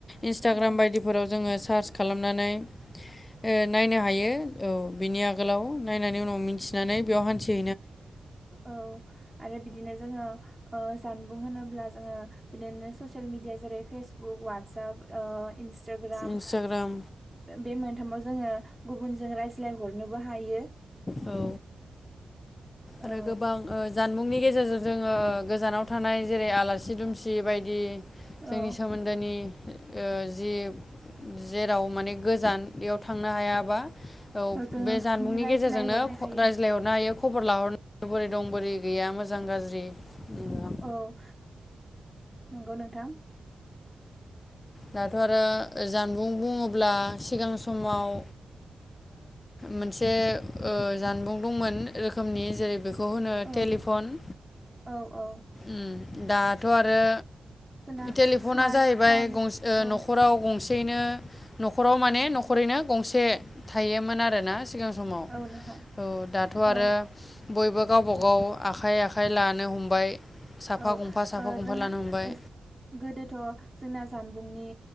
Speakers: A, on the left; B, on the right.
A: इन्स्टाग्राम
B: औ
A: बायदिफोराव जोङो सार्च खालामनानै ओ नायनो हायो औ बिनि आगोलाव नायनानै उनाव मिन्थिनानै बेयाव हान्थि
B: औ आरो बिदिनो जोङो ओ जानबुं होनोब्ला जोङो बिदिनो ससियेल मिडिया जेरै- फेसबुक वाट्सप ओ इन्सटाग्राम
A: इन्सटाग्राम
B: बे मोनथामाव जोङो गुबुनजों रायज्लाय हरनोबो हायो।
A: औ आरो
B: ओ
A: गोबां ओ जानबुंनि गेजेरजों जोङो गोजानाव थानाय जेरै आलासि दुमसि बायदि जोंनि
B: औ
A: सोमोन्दोनि जि जेराव माने गोजानाव थांनो हायाबा औ
B: जोङो
A: बे जानबुंनि
B: रायज्लायहरनो
A: गेजेरजोंनो
B: हायो
A: रायज्लायहरनो हायो खबर लाहरनो। बोरै दं बोरै गैया मोजां गाज्रि। नोंथां
B: औ नंगौ नोंथां।
A: दाथ' आरो जानबुं बुङोब्ला सिगां समाव मोनसे ओ जानबुं दंमोन रोखोमनि जेरै बेखौ होनो
B: औ
A: टेलिफन
B: औ औ
A: ओम दाथ' आरो
B: जोंना
A: टेलिफना
B: स्मार्ट
A: जाहैबाय
B: फन
A: गंसे
B: औ
A: न'खराव गंसे। जयैनो न'खराव माने न'खरैनो गंसे। थायोमोन आरोना सिगां समाव
B: औ नोंथां
A: औ दाथ' आरो
B: औ
A: बयबो गावबाागाव आखाइ आखाइ आखाय लानो हमबाय। साफा
B: औ
A: गंफा साफा
B: ओ
A: गंफा
B: जोंना
A: लानो हमबाय
B: ज गोदोथ' जोंना जानबु नि